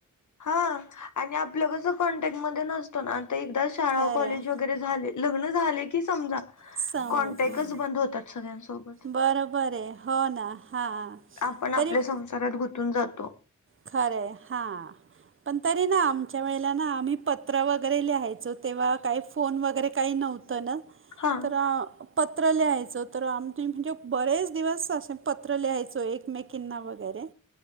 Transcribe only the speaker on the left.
हा आणि आपलं कसं कॉन्टॅक्टमध्ये नसतो ना. ते एकदा शाळा
कॉलेज वगै झाले. लग्न झाले की समजा
कॉन्टॅक्टच बंद होतात सगळ्यांसोबत
आपण आपल्या
संसारात गुंतून जातो.
हा